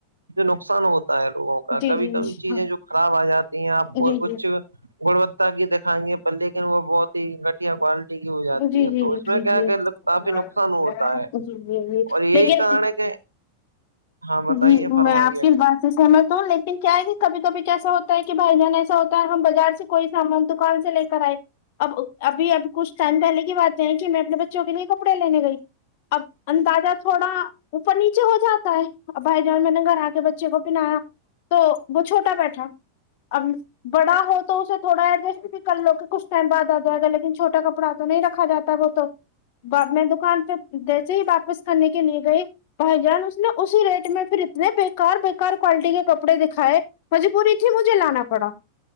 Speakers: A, on the right; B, on the left.
A: جو نقصان ہوتا ہوتا ہے لوگوں کا
B: جی
A: کبھی
B: جی
A: کبھی
B: جی
A: چیزیں
B: ہاں
A: جو خراب آ جاتی ہیں آپ کو
B: جی
A: اچ
B: جی
A: گنوتتا کی دکھائیں گے پر لیکن وہ بہت ہی گٹھیا کوالٹی کی ہو جاتی
B: جی
A: ہے
B: جی جی
A: تو
B: جی جی
A: اس میں کیا
B: جی
A: کہ کافی نقصان ہوتا ہے
B: جی جی
A: اور یہی
B: لیکن
A: کن ہے کہ ہاں بتائیے
B: جی
A: فرمائیے
B: میں آپ کی بات سے سہمت ہوں لیکن کیا ہے بھی کبھی کبھی کیسا ہوتا ہے کہ بھائی جان ایسا ہوتا ہم بازار سے کوئی سامان دکان سے لے کے کرئے اب ابھی اب کچھ ٹائم پہلے کی بات ہیں کہ میں اپنے بچوں کے لیے کپڑے لینے گئی اب اندازہ تھوڑا اوپر نیچے ہو جاتا ہے اب بھائی جان میں لن گگر آ کے بچے کو پناایا تو وہ چھوٹا بیٹھا اب بڑا ہو تو اسے تھوڑا ایڈجسٹ بھی کر لو کہ کچھ ٹائم بعد آ جائے گا لیکن چھوٹا کپڑا تو نہیں رکھا جاتا ت وہ تو میں دکان پہ جیسے ہی واپس کرنے کے لیے گئی بھائی جان اس نے اسی ریٹ میں پھر اتنے بےیکار بےکار کوالٹی کے کپڑے دکھائے مجبوری تھی مجھے لانا پڑا